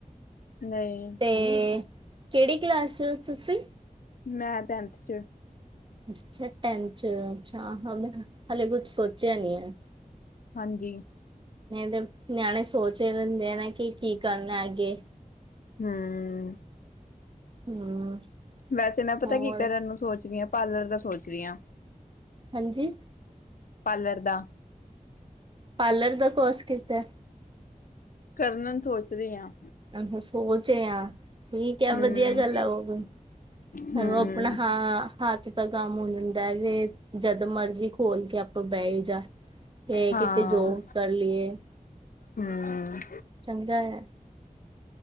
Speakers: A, on the left; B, on the right.
A: ਨਹੀਂ।
B: ਅਤੇ ਕਿਹੜੀ ਕਲਾਸ ਚੇ, ਹੋ ਤੁਸੀ?
A: ਮੈਂ ਟੈਂਨਥ ਚ,
B: ਅੱਛਾ। ਟੈਨ ਚ, ਅੱਛਾ ਹਾ ਹਾਲੇ ਕੁਛ ਸੋਚਿਆ ਨਹੀਂ ਹੈ।
A: ਹਾਂਜੀ।
B: ਤੇ ਨਿਆਣੇ ਸੋਚ ਹੀ ਲੈਂਦੇ ਆ ਨਾ, ਕੀ-ਕੀ ਕਰਨਾ ਅੱਗੇ?
A: ਹੂ,
B: ਹੂੰ
A: ਵੈਸੇ ਮੈਂ ਪਤਾ
B: ਹੋਰ
A: ਕੀ ਕਰਨ ਨੂੰ ਸੋਚ ਰਹੀ ਹਾਂ। ਪਾਰਲਰ ਦਾ ਸੋਚ ਰਹੀ ਹਾਂ।
B: ਹਾਂਜੀ
A: ਕਰਦਾ
B: ਪਾਰਲਰ ਦਾ, ਕੋਰਸ ਕੀਤਾ
A: ਕਰਨਾ ਸੋਚ ਰਹੀ ਆਂ
B: ਅਹ ਸੋਚ ਆ ਠੀਕ ਹੈ।
A: ਹੂੰ,
B: ਵਧੀਆ ਗੱਲ ਆ ਉਹ ਵੀ
A: ਹੂੰ,
B: ਹੈਲੋ ਆਪਣਾ ਹਾਂ ਹੱਥ ਦਾ ਕੰਮ ਹੋ ਜਾਂਦਾ ਤੇ, ਜਦ ਮਰਜੀ ਖੋਲ ਕੇ ਬਹਿ ਜਾ, ਤੇ
A: ਹਾਂ।
B: ਕਿਤੇ ਜੋਓ ਕਰ ਲਈਏ
A: ਹੂੰ,
B: ਚੰਗਾ ਹੈ